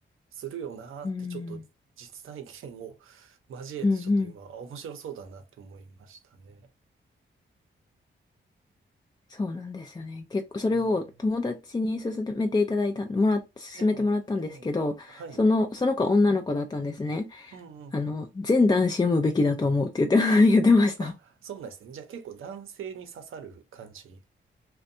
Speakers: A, on the right; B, on the left.
A: するよなーってちょっと実体験を
B: うん。
A: 交えてちょっと今面白そうだなって思いましたね。
B: うんうんそうなんですよね。結構、それを友達に勧めていただいた、
A: うん。
B: もら、
A: ええ、
B: 勧めてもらったんですけど、
A: ええ、はい。
B: その、その子は女の子だったんですね。
A: うんうんうん。
B: あの、全男子読むべきだと思うって言って、<laughs> 言ってました。
A: あ、そうなんですね。じゃあ結構男性に刺さる感じ。